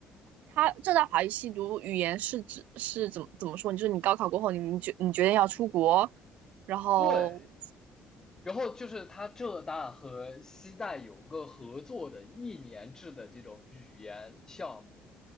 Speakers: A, on the right; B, on the left.
A: 它浙大法语系读语言是指是怎么怎么说？你就是你高考过后你，你决你决定要出国，然后
B: 对，然后就是它浙大和西大有个合作的一年制的这种语言项目，